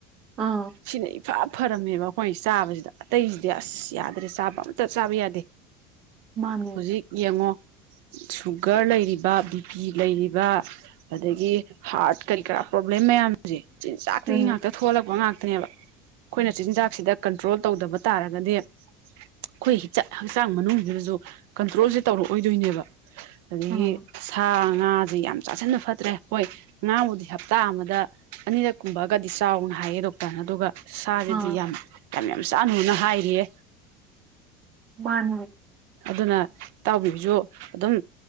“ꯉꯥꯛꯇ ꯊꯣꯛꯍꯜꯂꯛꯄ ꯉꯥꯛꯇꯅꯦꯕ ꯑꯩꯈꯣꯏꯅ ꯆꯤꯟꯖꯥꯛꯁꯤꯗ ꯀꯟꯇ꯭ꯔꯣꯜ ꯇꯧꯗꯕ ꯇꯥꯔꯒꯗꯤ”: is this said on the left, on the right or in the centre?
Right